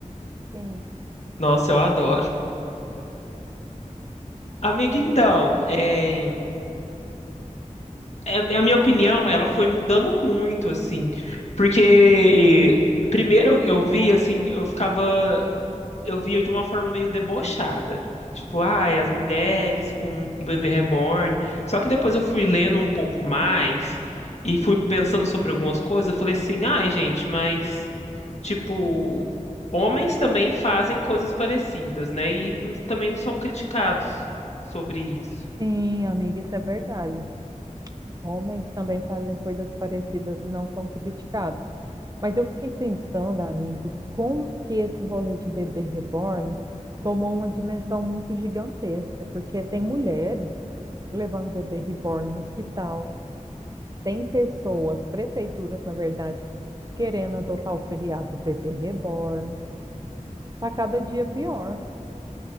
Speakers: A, on the right (about 30°); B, on the left (about 60°).
A: Sim,
B: Nossa, eu adoro. Amiga, então, é. é- a minha opinião, ela foi mudando muito, assim, porque primeiro eu vi, assim, eu ficava, eu via de uma forma meio debochada, tipo, ai, as mulheres com um bebê reborn, só que depois eu fui lendo um pouco mais e fui pensando sobre algumas coisas, eu falei assim, ai, gente, mas, tipo, homens também fazem coisas parecidas, né, e n- também não são criticados sobre isso.
A: Sim, amiga, isso é verdade. Homens também fazem coisas parecidas e não são criticados. Mas eu fiquei pensando, amigo, como que esse rolê de bebê reborn tomou uma dimensão muito gigantesca, porque tem mulheres levando bebê reborn no hospital. tem pessoas, prefeituras, na verdade, querendo adotar o feriado do bebê reborn. Tá cada dia pior.